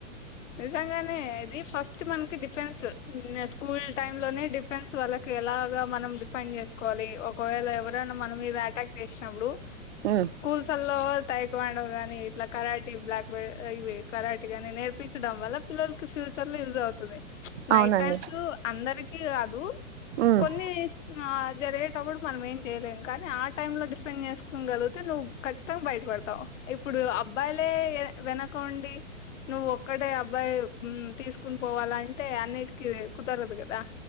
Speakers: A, on the left; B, on the right.
A: నిజంగానే ఇది ఫస్ట్ మనకి డిఫెన్స్ స్కూల్ టైమ్ లోనే డిఫెన్స్ వాళ్ళకి ఎలాగా మనం డిఫైండ్ చేసుకోవాలి ఒకవేళ ఎవరైనా మన మీద అటాక్ చేసినప్పుడు
B: ఉమ్,
A: స్కూల్స్ ల్లో టైకోవండో గని ఇట్లా కరాటిీ బ్లాక్ వే అయివే కారటిగానే నేర్పు వల్ల పిల్లలకి ఫ్యూచర్ యజ్ అవుతుంది నైట్
B: అవునండి
A: టైమ్స్ అందరికి కాదు
B: ఉమ్
A: కొన్ని జరిగేటప్పుడు మనం ఏం చేయలేం కానీ ఆ టై లో డిఫెండ్ చేసుకోగలిగితే నువ్వు ఖచ్చితంగా బయపడతావు ఇప్పుడు అబ్బాయిలే వెనక్ కోండి నువ్ ఒ ఒక్కటే అబ్బాయి ఉమ్ తీసుకుని పోవాలంటే అన్నిటికీ కుదరదు కదా